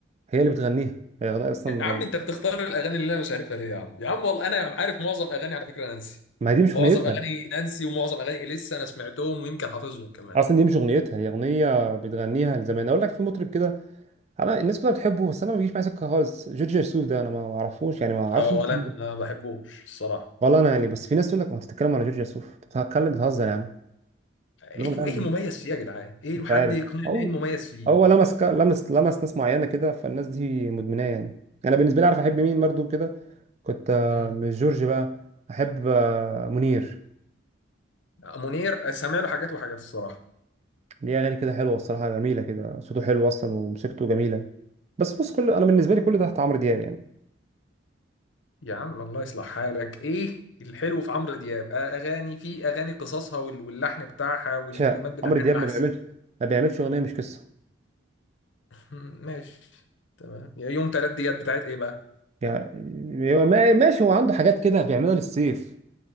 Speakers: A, on the right; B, on the left.
A: هي اللي بتغنيها هي اغنيه اصلا
B: يا عم
A: ما
B: انت بتختار الاغاني اللي انا مش عارفها ليه يا عم يا عم والله انا عارف معظم اغاني على فكره نانسي
A: ما هي دي مش
B: معظم
A: اغنيتها
B: اغاني نانسي ومعظم اغاني اليسا انا سمعتهم ويمكن حافظهم كمان
A: اصلا دي مش اغنيتها هي اغنيه بتغنيها لزمان اقول لك في مطرب كده انا الناس كلها بتحبه بس انا ما بيجيش معايا سكه خالص جورج وسوف ده انا ما ما اعرفوش يعني ما اعرفش
B: اه
A: ليه
B: ولا
A: بتحبه
B: انا ما بحبوش الصراحه
A: والله انا يعني بس في ناس تقول لك ما تتكلم على جورج وسوف بتتكلم بتهزر يا عم
B: ايه
A: الراجل
B: ايه
A: ده
B: المميز فيه يا جدعان ايه
A: مش
B: حد
A: عارف
B: يقنعني
A: هو
B: ايه المميز فيه
A: هو لمس ك- لمس لمس ناس معينه كده فالناس دي مدمناه يعني انا بالنسبه لي عارف احب مين برضو كده كنت آه،
B: مم.
A: مش جورج بقى احب آه، منير
B: منير آه، سامع له حاجات وحاجات الصراحه
A: ليه اغاني كده حلوه الصراحه جميله كده صوته حلو اصلا وموسيقته جميله بس بص كل انا بالنسبه لي كل ده تحت عمرو دياب يعني
B: يا عم الله يصلح حالك ايه الحلو في عمرو دياب آه، اغاني في اغاني قصصها وال- واللحن بتاعها والكلمات
A: مش ه-
B: بتاعها
A: عمرو دياب ما
B: احسن
A: بيعملش ما بيعملش اغنيه مش قصه
B: مم، ماشي تمام يا يوم تلات ديات بتاعت ايه بقى
A: يعني هو ما- ماشي هو عنده حاجات كده بيعملها للسيف